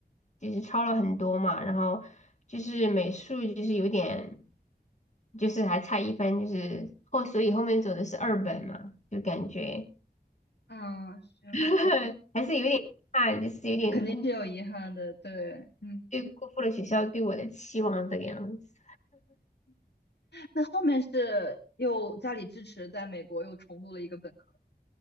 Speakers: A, on the left (about 45°); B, on the left (about 80°).
A: 就是超了很多嘛，然后就是美术就是有点，就是还差一分，就是后所以后面走的是二本嘛，就感觉
B: 啊，行，
A: <laughs> 还是有点怕，就是有点辜
B: 肯定是有遗憾的，对，嗯，
A: 对辜负了学校对我的期望这个样子。
B: 那后面是又家里支持，在美国又重读了一个本科，